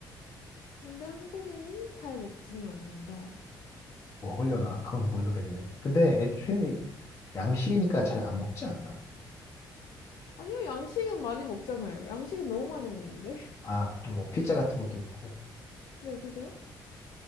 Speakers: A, on the left; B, on the left.
A: 근데 한국인이 잘 먹지는 않는다.
B: 먹으려나? 그건 모르겠네. 근데 애초에 양식이니까 잘 안 먹지 않나?
A: 아니요, 양식은 많이 먹잖아요. 양식은 너무 많이 먹는데. <laughs>
B: 아, 또뭐 피자 같은 것도 있고.
A: 네, 그죠?